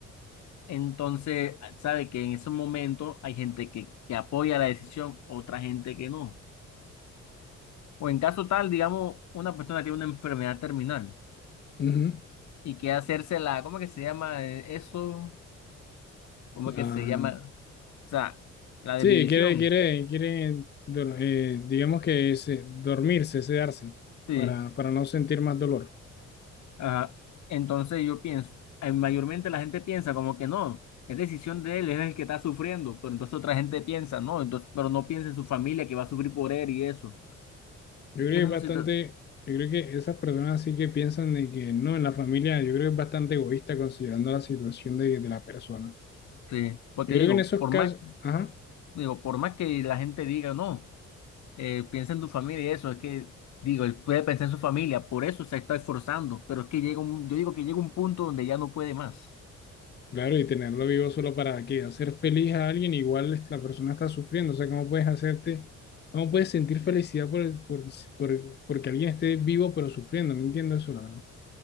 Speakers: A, on the left; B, on the left.
A: Entonces, ah, sabe que en ese momento hay gente que, que apoya la decisión, otra gente que no. O en caso tal, digamos, una persona tiene una enfermedad terminal
B: Ujú.
A: y quiere hacerse la, ¿cómo que se llama eh, eso? ¿Cómo
B: La-
A: que se llama? O sea, la
B: Sí,
A: desvivisión.
B: quiere, quiere, quiere, dor- eh, digamos que se- dormirse, sedarse,
A: Sí.
B: para, para no sentir más dolor.
A: Ajá. Entonces yo pienso, eh, mayormente la gente piensa como que no, es decisión de él, es el que está sufriendo, pero entonces otra gente piensa, no, entonces, pero no piensa en su familia que va a sufrir por él y eso.
B: Yo creo
A: Es
B: que
A: una
B: es bastante,
A: situación,
B: yo creo que esas personas sí que piensan de que no, en la familia, yo creo que es bastante egoísta considerando la situación de, de la persona.
A: sí, porque
B: Yo creo
A: digo,
B: que en esos
A: por
B: casos,
A: más,
B: ajá,
A: digo, por más que la gente diga, no, eh, piensa en tu familia y eso, es que, digo, él puede pensar en su familia, por eso se está esforzando, pero es que llega un, yo digo que llega un punto donde ya no puede más.
B: claro, y tenerlo vivo solo para qué hacer feliz a alguien, igual es- la persona está sufriendo, o sea, ¿cómo puedes hacerte, cómo puedes sentir felicidad por, el- por, por, porque alguien esté vivo pero sufriendo? No entiendo eso, la verdad.